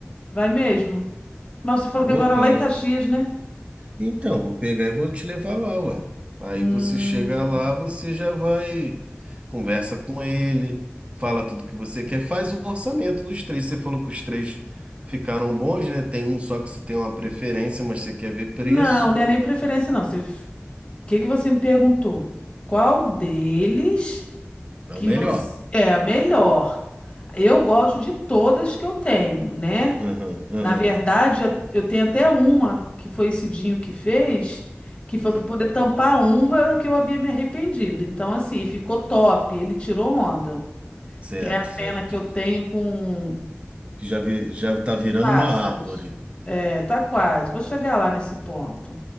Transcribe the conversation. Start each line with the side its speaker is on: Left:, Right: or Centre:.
Left: Vai mesmo? Mas você falou
Right: Vou,
Left: que agora
Right: claro.
Left: é lá em Caxias, né?
Right: Então, vou pegar e vou te levar lá, ué. Aí
Left: Hum,
Right: você chega lá, você já vai, conversa com ele, fala tudo que você quer, faz o orçamento dos três. Você falou que os três ficaram bons, né? Tem um só que você tem uma preferência, mas você quer ver preço.
Left: não, não é nem preferência, não. Você- O que que você me perguntou? Qual deles
Right: É
Left: que
Right: o melhor.
Left: você é a melhor? Eu gosto de todas que eu tenho, né?
Right: Aham, aham.
Left: Na verdade, eu eu tenho até uma que foi esse Dinho que fez, que foi
Right: Hum,
Left: para poder tampar uma que eu havia me arrependido. Então, assim, ficou top. Ele tirou onda,
Right: certo,
Left: que é a
Right: certo.
Left: pena que eu tenho com
Right: Que já, vi, já tá virando
Left: os pássaros.
Right: uma árvore.
Left: É, tá quase. Vou chegar lá nesse ponto.